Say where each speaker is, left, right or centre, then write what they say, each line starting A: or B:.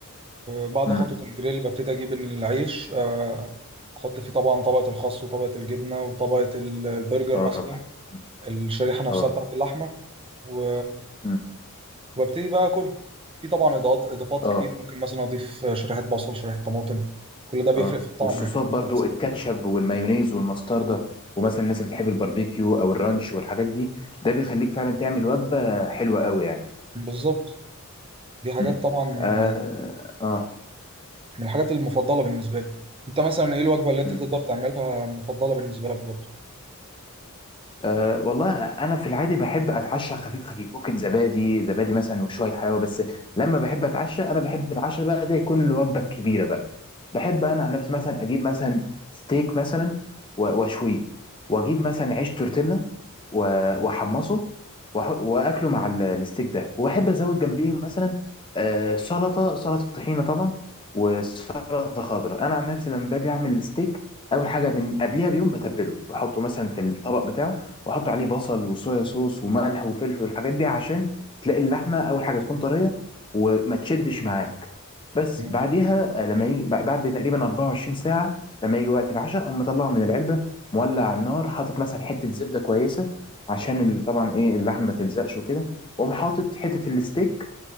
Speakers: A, on the right; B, on the left.
A: آه، بعد
B: مم.
A: خطوه الجريل ببتدي اجيب العيش آه، احط فيه طبعا طبقه الخس وطبقه الجبنه وطبقه ال- البرجر
B: اه
A: مثلا
B: طبعا مم.
A: الشريحه نفسها
B: اه
A: بتاعت اللحمه و...
B: مم.
A: وابتدي بقى اكل في طبعا اضافات اضافات
B: اه
A: كتير ممكن مثلا اضيف شريحه بصل شريحه طماطم كل ده بيفرق
B: اه
A: في الطعم
B: والصوصات
A: يعني
B: برضو
A: على حسب
B: الكاتشب والمايونيز والمستردة ومثلا الناس اللي بتحب الباربيكيو او الرانش والحاجات دي ده بيخليك فعلا تعمل وجبة حلوة قوي يعني
A: بالظبط دي حاجات
B: مم.
A: طبعا
B: اه
A: يعني
B: اه
A: من الحاجات المفضله بالنسبه لي انت مثلا ايه الوجبه اللي انت
B: مم.
A: تقدر تعملها مفضله بالنسبه لك برضه
B: أه والله انا في العادي بحب اتعشى خفيف خفيف ممكن زبادي زبادي مثلا وشويه حلاوه بس لما بحب اتعشى انا بحب العشاء بقى ده يكون الوجبه الكبيره بقى بحب انا عن نفسي مثلا اجيب مثلا ستيك مثلا و- واشويه واجيب مثلا عيش تورتيلا و- واحمصه وأح- واكله مع ال- الستيك ده وبحب ازود جنبيهم مثلا آه، سلطه سلطه طحينه طبعا وسلطه خضراء انا عن نفسي لما باجي اعمل الستيك اول حاجه من قبلها بيوم بتبله بحطه مثلا في الطبق بتاعه واحط عليه بصل وصويا صوص وملح وفلفل والحاجات دي عشان تلاقي اللحمه اول حاجه تكون طريه وما تشدش معاك بس
A: تمام
B: بعديها آه، لما يجي بع- بعد تقريبا 24 ساعه لما يجي وقت العشاء اقوم مطلعه من العلبه مولع على النار حاطط مثلا حته زبده كويسه عشان ال- طبعا ايه اللحمه ما تلزقش وكده واقوم حاطط حته الستيك